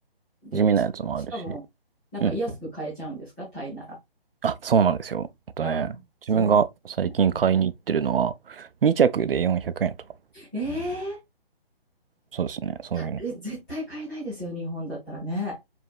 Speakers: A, in the centre; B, on the right.
A: で、
B: 地味なやつもあるし。
A: しかも、なんか安く買えちゃうんですかタイなら。
B: うん。あ、そうなんですよ。あとね、
A: ああ、
B: 自分が最近買いに行ってるのは、
A: それはいいね。うん
B: 2着で400円とか。
A: ええ
B: そうですね。そういうの。
A: たえ絶対買えないですよ、日本だったらね。